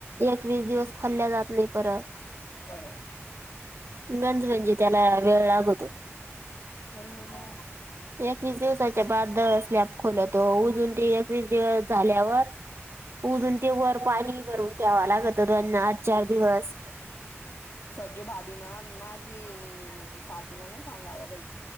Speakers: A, on the right (about 60°); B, on the left (about 70°).
A: एकवीस दिवस खोलल्या जात नाही परत.
B: परत
A: गंज म्हणजे त्याला वेळ लागवतो.
B: बोल ना.
A: एकवीस दिवसाच्या बाद स्लॅब खोलोतो उजून ते एकवीस दिवस झाल्यावर उजून ते वर पाणी भरून ठेवा लागत. दोन आठ चार दिवस
B: स्जो भााभी ना माझी सासूला नाही सांगावा बाई.